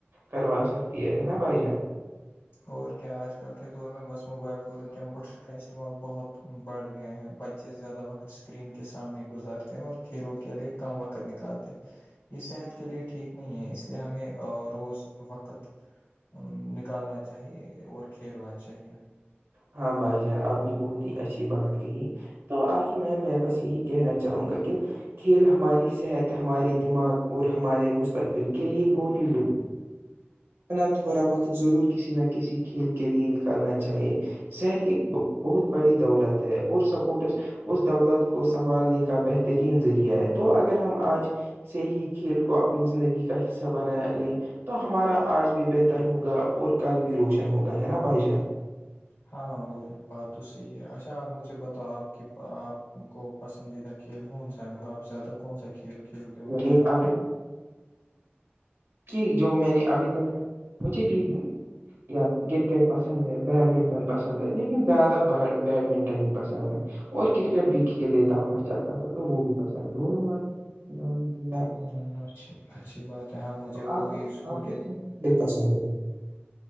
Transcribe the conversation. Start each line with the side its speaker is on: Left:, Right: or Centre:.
Right: کروا سکتی ہے ہے نا بھائی جان
Left: اور کیا آج کل کے دور میں بس موبائل فون اور کمپیوٹر کا استعمال بہت بڑھ گیا ہیں بچ ے سے زیادہ وقت اسکرین کے سامنے گزارتے ہیں اور کھیلوں کے لیے کم وقت نکالتے ہیں یہ صحت کے لیے ٹھیک نہیں ہے اس لیے ہمیں روز وقت اں نکالنا چاہیے ی اور کھیلنا چاہیے
Right: ہاں بھائی جان آپ نے بہت ہی اچھی بات کہی تو آخر میں میں بس یہی کہنا چاہوں گا کہ کھیل ہماری صحت ہمارے دماغ اور ہمارے مستقبل کے لیے بہت ہی ضروری نہ تھوڑا وقت ضرور کسی نہ کسی کھیل کے لیے نکالنا چاہیے صحت ایک بہ بہت بڑی دولت ہے اور سپورٹس اس دولت کو سنبھالنے کا بہتر ترین ذریعہ ہے تو اگر ہم آج سے ہی کھیل کو اپنی زندگی کا حصہ بنا لے تو ہمارا آج بھی بہتر ہوگا اور کل بھی روشن ہوگا ہے نا بھائی جان
Left: ہاں وہ بات تو صحیح ہے اچھا آپ مجھے بتاؤ آپ کی آپ کو پسندیدہ کھیل کون سا مطلب زیادہ کون سا کھیل کھیلتے ہو
Right: یعنی
Left: آج کل
Right: آپ کہ جو میں نے ابھی تک مجھے بھی یاد کرکٹ پسند ہے بیڈمنٹن پسند ہے لیکن زیادہ بیڈمنٹن ہی پسند ہے اور کرکٹ بھی کھیل لیتا ہوں اچھا خاصا تو وہ بھی پسند دونوں مائ لیجے
Left: ام اچھا اچھی بات ہے ہاں مجھے وہ
Right: آپ
Left: بھی اسکول
Right: آپ کو
Left: کے
Right: <unintelligible>